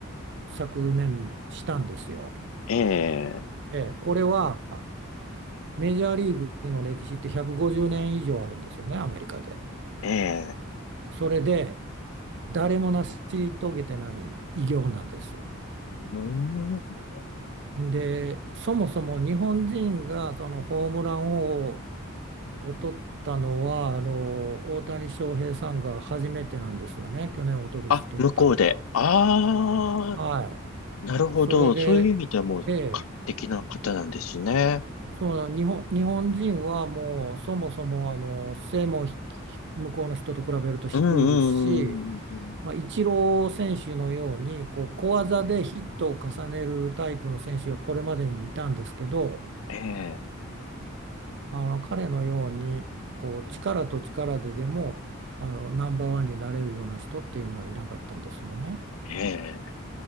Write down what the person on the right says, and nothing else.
昨年したんですよ。
えーこれはメジャーリーグの歴史って150年以上あるんですよね、アメリカで。
それで誰も成し遂げてない偉業なんです。
で、そもそも日本人がそのホームラン王を取ったのは、あの大谷翔平さんが初めてなんですよね、去年、一昨年取ったのが。
はい、
それで、
ええ、そうなの日本、日本人はもうそもそもあの背もひ向こうの人と比べると低いですし、
まあ、イチロー選手のようにこう小技でヒットを重ねるタイプの選手はこれまでにもいたんですけど。
あの彼のようにこう力と力ででもあのナンバーワンになれるような人っていうのはいなかったんですよね。